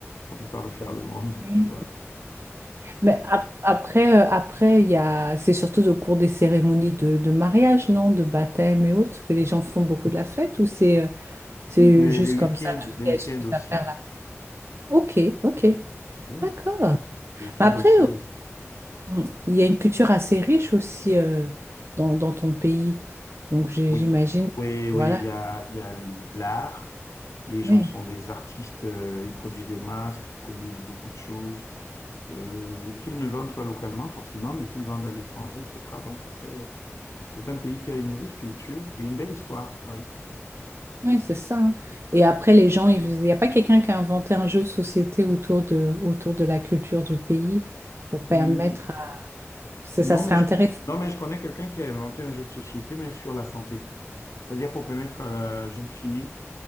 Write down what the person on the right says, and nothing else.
Mhm.
Mais ap- après, euh, après, il y a, c'est surtout au cours des cérémonies de, de mariage, non, de baptême et autres, que les gens font beaucoup de la fête, ou c'est euh, c'est
juste
comme ça, toutes
les
excuses
à faire la fête? Ok, ok,
d'accord.
Mais après,
Mm. Il y a une culture assez riche aussi euh, dans, dans ton pays. Donc j'ai-
j'imagine,
voilà,
oui,
oui, c'est ça. hein. Et après, les gens, ils faisaient- il n'y a pas quelqu'un qui a inventé un jeu de société autour de, autour de la culture du pays pour permettre
à... c'est-
Ça serait
intéressant.